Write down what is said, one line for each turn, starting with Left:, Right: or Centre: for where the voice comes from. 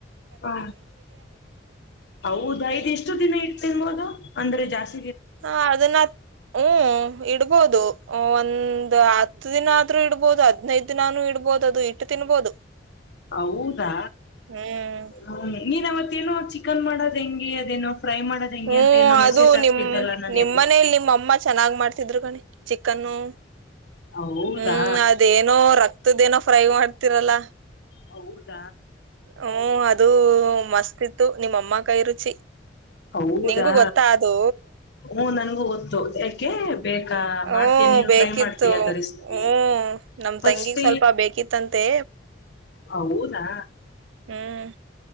Left: ಹಾ ಹೌದ ಇದ್ ಎಷ್ಟು ದಿನ ಇತ್ ತಿನ್ಬೋದು ಅಂದ್ರೆ ಜಾಸ್
Right: ಹಾ ಅದನ್ನ ಹ್ಮ ಇಡ್ಬೋದು ಒಂದ್ ಅ ಹತ್ತು ದಿನ ಆದ್ರೂ ಇಡ್ಬೋದು ಹದ್ನೈದು ದಿನಾನು ಇಡ್ಬೋದು ಅದು ಇಟ್ಟು ತಿನ್ಬೋದು.
Left: ಹೌದಾ
Right: ಹ್ಮ್
Left: ಹ ನೀನವತ್ತ್ ತ್ತೆನೋ ಚಿಕನ್ ಮಾಡೋದ್ ಹೆಂಗೆ ಎನೋ ಫ್ರೈ ಮಾಡೋದೆಂಗೆ
Right: ಹ್ಮ್
Left: ಅಂತ ಏನೋ ಮೆಸೇಜ್
Right: ಅದು
Left: ಹಾಕ್ತಿದ್ದಲ್ಲ
Right: ನಿಮ್
Left: ನಂಗೆ
Right: ನಿಮ್ಮನೇಲಿ ನಿಮ್ಮಮ್ಮ ಚೆನ್ನಾಗ್ ಮಾಡ್ತಿದ್ರು ಕಣಿ ಚಿಕ್ ಕ್ಕನು
Left: ಹೌದಾ
Right: ಹ್ಮ್ ಅದೇನೋ ರಕ್ <unintelligible> ತ್ತದೇನೋ ಫ್ರೈ ಮಾಡ್ತಿರಲ್ಲ.
Left: ಹೌದ?
Right: ಹ್ಮ್, ಅದು ಮಸ್ತ್ ಇತ್ತು, ನಿಮ್ಮಮ್ಮ ಕೈ ರುಚಿ.
Left: ಹೌದಾ?
Right: ನಿಂಗೂ ಗೊತ್ತಾ ಅದು
Left: ಹ್ಮ ನನ್ಗೂ ಗೊತ್ತು <unintelligible> <unintelligible>
Right: ಹ್ಮ್
Left: ಮಾಡ್ತೀಯ ನೀನು
Right: ಬೇಕಿತ್ತು.
Left: ಟ್ರೈ ಮಾಡ್ತೀಯ ಅದ ರೆಸಿಪಿ
Right: ಹ್ಮ ನಮ್
Left: ಫಸ್ಟ್
Right: ತಂಗಿಗ್ ಸ್ವಲ್ಪ ಬೇಕಿತ್ತಂ ಮತ್ತೆ
Left: ಹೌದಾ?
Right: ಹ್ಮ್